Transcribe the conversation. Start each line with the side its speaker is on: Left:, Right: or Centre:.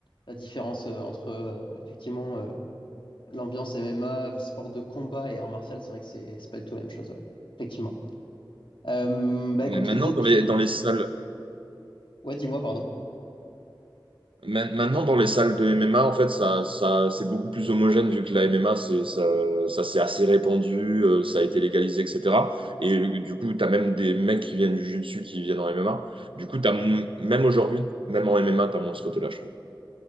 Left: la différence euh, entre, euh, effectivement, euh, l'ambiance MMA, sport de combat et art martial. C'est vrai que c'est c'est pas du tout la même chose, ouais. Effectivement. Euh, bah écoute,
Right: Mais maintenant,
Left: de-
Right: dans
Left: je-
Right: les, dans les salles
Left: ouais, dis-moi, pardon.
Right: Main- Maintenant, dans les salles de MMA, en fait, ça, ça, c'est beaucoup plus homogène vu que la MMA, c'est, ça, ça s'est assez répandu, euh, ça a été légalisé, etc. Et euh, du coup, tu as même des mecs qui viennent du jiu-jitsu qui viennent en MMA. Du coup, t'as, m- même aujourd'hui, même en MMA, tu as moins ce côté-là, je trouve.